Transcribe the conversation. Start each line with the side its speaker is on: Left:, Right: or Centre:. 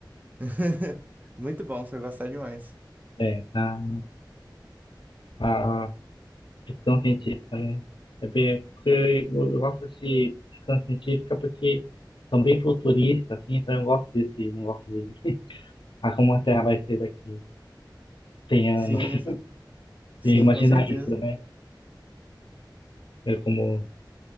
Right: <laughs> Muito bom, você vai gostar demais.
Left: É, ah, ah, ficção científica, né? É bem, porque eu eu gosto de ficção científica porque são bem futuristas, assim, então eu gosto desse negócio de <laughs> ah, como a Terra vai ser daqui 100 anos.
Right: Sim, exa- sim,
Left: E imaginar
Right: com certeza.
Left: isso, né? Ver como,